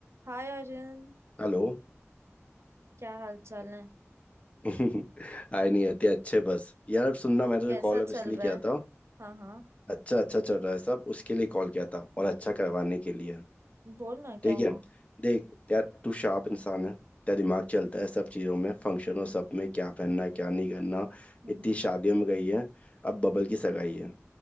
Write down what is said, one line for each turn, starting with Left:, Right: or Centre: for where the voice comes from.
Right: हाय अर्जुन
Left: Hello
Right: क्या हाल चाल है
Left: <laughs> हाय नहीं आती अच्छे बस यार सुनना मैं तुझे
Right: कैसा
Left: कॉल
Right: चल
Left: अब इसलिए
Right: रहा
Left: किया
Right: है
Left: था
Right: हाँ हाँ
Left: अच्छा अच्छा चल रहा है सब उसके लिए कॉल किया था और अच्छा करवाने के लिए
Right: बोल ना क्या
Left: ठीक
Right: हुआ
Left: है देख यार तू शार्प इंसान है तेरा दिमाग चलता है सब चीजों में फंक्शनों
Right: हम्म
Left: सब
Right: हम्म
Left: में क्या पहनना है क्या नहीं करना
Right: हम्म।
Left: इतनी शादियों में गई है अब बबल की सगाई है